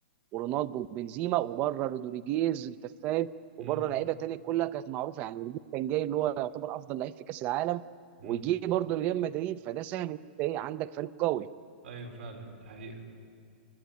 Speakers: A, on the right (about 25°); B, on the right (about 85°).
A: ورونالدو وبنزيما وبره رودريجيز انت فاهم وبره
B: امم
A: لعيبه تانيه كلها كانت معروفه يعني رودريجيز كان جاي اللي هو يعتبر افضل لعيب في كاس العالم
B: امم
A: وجي برضه لريال مدريد فده ساهم ان انت ايه عندك فريق قوي
B: ايوه فعلا دي حقيقة